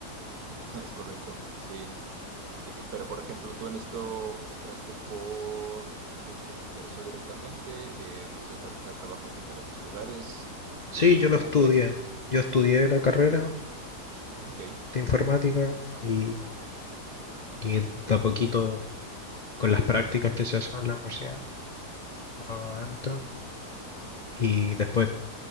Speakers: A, on the right (about 70°); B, on the left (about 60°).
A: <laughs> Es correcto, sí. Eh, Pero, por ejemplo, tú en esto entraste por que te interesó directamente, eh, empezaste a buscar trabajo en diferentes lugares.
B: Sí,
A: eh,
B: yo lo
A: ¿cómo
B: estudié.
A: fue?
B: Yo estudié la carrera
A: Ok.
B: de informática y, y de a poquito con las prácticas que se hacen en la universidad, uno entra y después